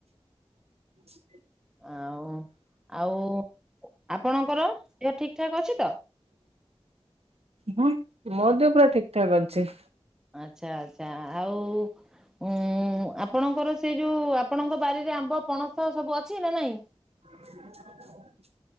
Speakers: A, on the right (about 75°); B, in the centre.
A: ?
B: ଆଉ ଆଉ ଆପଣଙ୍କର ଦେହ ଠିକଠାକ୍ ଅଛି ତ?
A: ହଁ ମୋ ଦେହ ପୁରା ଠିକଠାକ ଅଛି।
B: ଆଛା ଆଛା ଆଉ ଉଁ ଆପଣଙ୍କର ସେଉ ଯୋଉ ଆପଣଙ୍କ ବାରିରେ ଆମ୍ବ ପଣସ ସବୁ ଅଛି ନା ନାଇଁ?
A: ?